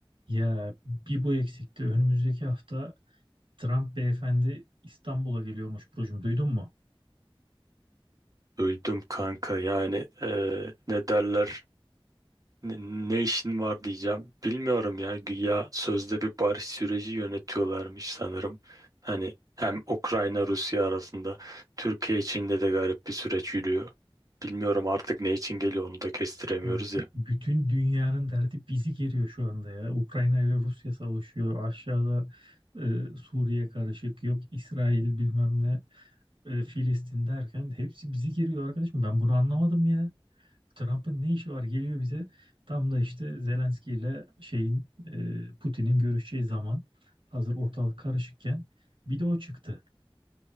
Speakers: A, on the right (about 60°); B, on the right (about 40°).
A: Ya bir bu eksikti. Önümüzdeki hafta Trump beyefendi İstanbul'a geliyormuş Burcu'm. Duydun mu?
B: Öldüm kanka yani eee, ne derler ne, ne işin var diyeceğim bilmiyorum ya güya sözde bir barış süreci yönetiyorlarmış sanırım hani hem Ukrayna Rusya arasında Türkiye içinde de garip bir süreç yürüyor bilmiyorum artık ne için geliyor onu da kestiremiyoruz
A: Ya
B: ya
A: b- bütün dünyanın derdi bizi geriyor şu anda ya. Ukrayna ile Rusya savaşıyor. Aşağıda e, Suriye karışık. Yok İsrail bilmem ne. e, Filistin derken hepsi bizi geriyor arkadaşım. Ben bunu anlamadım ya. Trump'ın ne işi var? Geliyor bize. Tam da işte Zelenski ile şeyin e, Putin'in görüşeceği zaman hazır ortalık karışıkken bir de o çıktı.